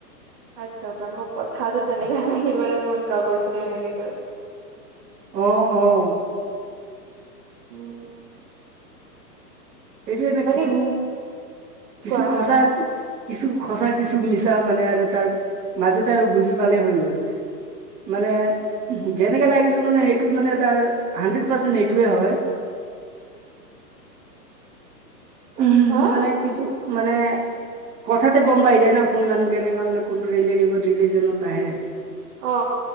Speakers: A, on the right (about 35°); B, on the right (about 20°).
A: আচ্ছা আচ্ছা মোৰ কথাতটো তেনেকে লাগিল মানে মোৰ লগৰ খিনি এনেকে কয়।
B: অ অ।
A: উম।
B: সেইটোয়ে নে
A: বাকী
B: কিছু কিছু
A: কোৱা
B: খচা কিছু সঁচা কিছু মিছা মানে আৰু তাৰ মাজতে আৰু বুজি পালেই হৈ গ'ল। মানে যেনেকে লাগিছে মানে সেইটো মানে তাৰ হাড্ৰেড পাৰ্চেন্ট সেইটোৱে হয়।
A: <unintelligible>
B: উ
A: হা
B: মানে কিছু মানে কথাতে গম পাই যোয় না কোন মানুহ কেনেকা মানে কোনটো ৰিলেটিভত ৰিলিজনত আহে।
A: অ।